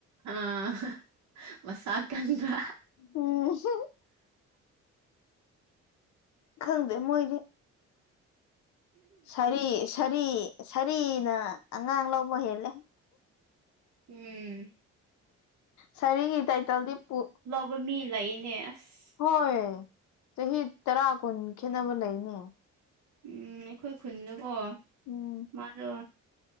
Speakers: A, on the right (about 65°); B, on the left (about 70°).
A: ꯑꯥ ꯃꯁꯥ ꯀꯟꯕ
B: ꯎꯝ ꯍꯨꯍꯥ ꯈꯪꯗꯦ ꯃꯣꯏꯗꯤ ꯁꯥꯔꯤ ꯁꯥꯔꯤ ꯁꯥꯔꯤꯅ ꯑꯉꯥꯡ ꯂꯧꯕ ꯍꯦꯜꯂꯦ
A: ꯎꯨꯝ
B: ꯁꯔꯤꯒꯤ ꯇꯥꯏꯇꯜꯗꯤ ꯄꯨ
A: ꯕ ꯃꯤ ꯂꯩꯅꯦ ꯑꯁ
B: ꯍꯣꯏ ꯆꯍꯤ ꯇꯔꯥ ꯀꯨꯟ ꯈꯦꯠꯅꯕ ꯂꯩꯅꯦ
A: ꯎꯝ ꯑꯩꯈꯣꯏ ꯈꯨꯟꯗꯀꯣ
B: ꯎꯝ
A: ꯃꯥ ꯑꯗꯣ